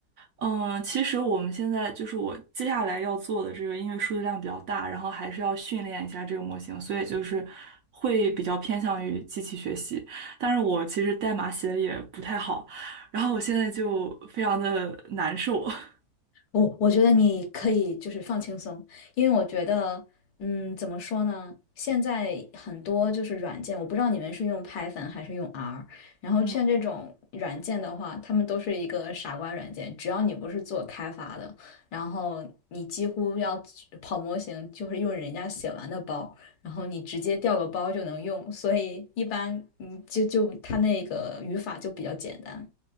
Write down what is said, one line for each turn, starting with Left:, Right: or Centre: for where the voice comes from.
Right: 嗯，其实我们现在就是我接下来要做的这个，因为数据量比较大，然后还是要训练一下这个模型，所以就是会比较偏向于机器学习。但是我其实代码写的也不太好，然后我现在就非常的难受。<laughs>
Left: 我我觉得你可以就是放轻松，因为我觉得，嗯，怎么说呢？现在很多就是软件，我不知道你们是用 Python 还是用 R，然后像这种软件的话，
Right: 嗯。
Left: 他们都是一个傻瓜软件，只要你不是做开发的，然后你几乎要跑模型，就是用人家写完的包，然后你直接调个包就能用，所以一般你就就它那个语法就比较简单。